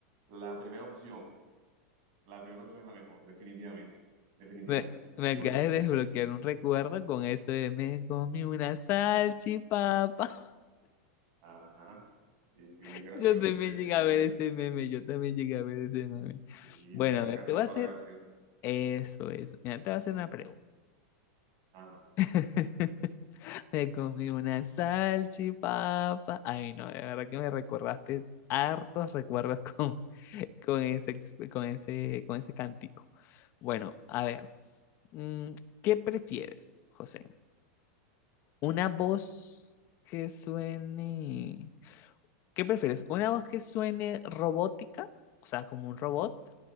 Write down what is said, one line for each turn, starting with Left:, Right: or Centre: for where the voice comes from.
Right: la primera opción. La primera opción es la mejor, definitivamente. Definitivamente.
Left: Me, me
Right: Y
Left: acabas
Right: bueno.
Left: de desbloquear un recuerdo con eso de me comí una salchipapa.
Right: Ajá. Sí, sí,
Left: <laughs>
Right: muy gracioso
Left: Yo también
Right: ese, ese
Left: llegué
Right: niño.
Left: a ver ese meme, yo también llegué a ver ese meme.
Right: Sí,
Left: Bueno,
Right: no le alcanzó
Left: a ver, te voy a
Right: para
Left: hacer
Right: la gaseosa.
Left: Eso, eso. Mira, te voy a hacer una pregunta.
Right: Ajá.
Left: <laughs> Me comí una salchipapa. Ay, no, de verdad que me recordaste hartos recuerdos <laughs> con, con ese, ex- con ese, con ese cántico. Bueno, a ver, mm, ¿qué prefieres, José? ¿Una voz que suene ¿Qué prefieres? ¿Una voz que suene robótica? O sea, como un robot,